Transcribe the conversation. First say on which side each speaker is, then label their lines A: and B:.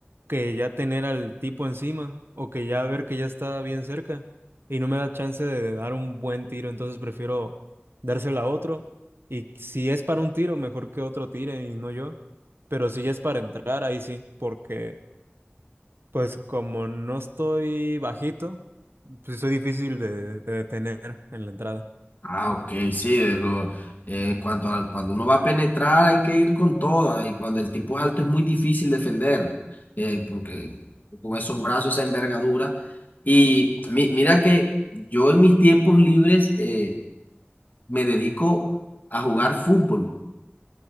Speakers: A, on the right (about 65°); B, on the left (about 45°).
A: que ya tener al tipo encima o que ya ver que ya está bien cerca y no me da chance de dar un buen tiro, entonces prefiero dársela a otro. Y si es para un tiro, mejor que otro tire y no yo. Pero si ya es para entrar, ahí sí, porque pues como no estoy bajito, pues soy difícil de, de detener en la entrada.
B: Ah, ok, sí. de lo, eh, cuanto a- cuando uno va a penetrar hay que ir con toda. Y cuando el tipo es alto es muy difícil defender. eh, porque con esos brazos, esa envergadura. Y mi- mira que yo en mis tiempos libres eh, me dedico a jugar fútbol.